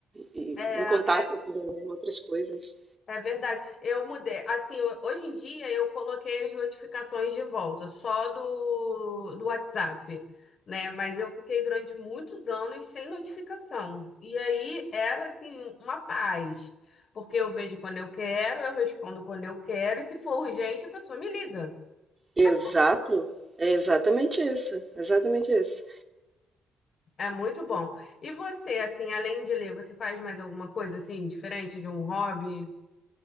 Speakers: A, on the right (about 25°); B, on the left (about 50°).
A: e
B: É,
A: em contato com outras coisas.
B: É verdade. Eu mudei. Assim, ho- hoje em dia eu coloquei as notificações de volta, só do, do WhatsApp, né? Mas eu fiquei durante muitos anos sem notificação. E aí era assim uma paz, porque eu vejo quando eu quero, eu respondo quando eu quero, e se for urgente, a pessoa me liga.
A: Exato,
B: Acabou.
A: é exatamente isso, exatamente isso.
B: É muito bom. E você, assim, além de ler, você faz mais alguma coisa assim diferente de um hobby?